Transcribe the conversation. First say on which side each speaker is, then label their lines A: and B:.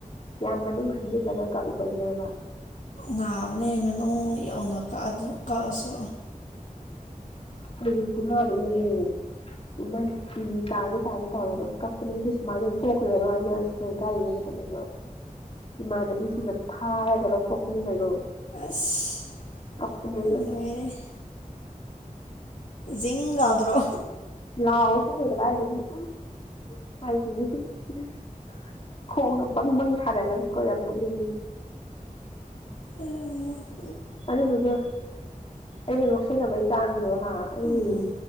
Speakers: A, on the left; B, on the left.
A: ꯌꯥꯝ ꯃꯅꯨꯡ ꯍꯟꯖꯤꯜꯂꯒ ꯀꯛꯎꯕꯩꯅꯦꯕ
B: ꯅꯥꯕꯅꯦ ꯃꯅꯨꯡ ꯌꯧꯅ ꯀꯛꯑꯗꯤ ꯀꯛꯑꯁꯨ
A: ꯀꯔꯤ ꯈꯨꯅꯥꯅꯣꯅꯦꯍꯦ ꯏꯃꯥꯏ ꯄꯤ ꯇꯥꯒꯦ ꯇꯥꯒꯦ ꯇꯧꯔꯒ ꯀꯞ ꯀꯅꯤ ꯑꯩꯗꯤ ꯁꯨꯃꯥꯏꯅ ꯊꯣꯛꯈꯔꯒ ꯑꯩꯅ ꯢꯁꯀ꯭ꯨꯜ ꯀꯥꯔꯤꯉꯩ ꯃꯇꯝꯗꯁꯨ ꯏꯃꯥꯟꯅꯕꯤꯁꯤꯡꯅ ꯐꯥꯔꯒ ꯂꯧꯊꯣꯛꯄꯅꯤ ꯀꯩꯅꯣ
B: ꯑꯁ
A: ꯀꯞꯄꯅꯦ ꯑꯩꯅ
B: <unintelligible> ꯖꯤꯡ ꯂꯥꯎꯗ꯭ꯔꯣ
A: ꯂꯥꯎꯋꯦꯍꯦ ꯀꯗꯥꯢꯗꯩ ꯎꯝ <unintelligible> ꯈꯣꯡꯗꯣ ꯕꯪ ꯕꯪ ꯁꯥꯒꯠꯂꯒꯀꯣ ꯌꯥꯝ ꯅꯣꯛꯅꯤꯡꯉꯤ
B: ꯍꯩ ꯍꯥ
A: ꯑꯗꯨꯗꯨꯒ ꯑꯩꯅ ꯅꯣꯛꯁꯤꯟꯅꯕꯩ ꯆꯥꯡꯗꯣ ꯍꯥ ꯑꯩꯒꯤ
B: ꯎꯝ